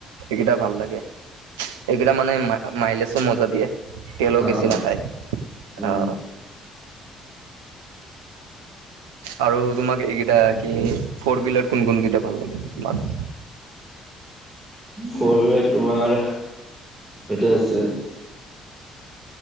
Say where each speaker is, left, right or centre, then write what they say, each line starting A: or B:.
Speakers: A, on the right; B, on the right.
A: এইকেইটা ভাল লাগে, এইকেইটা মানে ম মাইলেছো মজা দিয়ে। তেলো
B: অ
A: বেছি
B: অ
A: নাখায়
B: উম
A: অঁ।
B: <unintelligible>
A: আৰু তোমাক এইকেইটা কি ফৰ হুইলাৰ কোন কোন কেইটা ভাল লাগে তোমাৰ?
B: সৰুৰে তোমাৰ। সেইটো আছিল।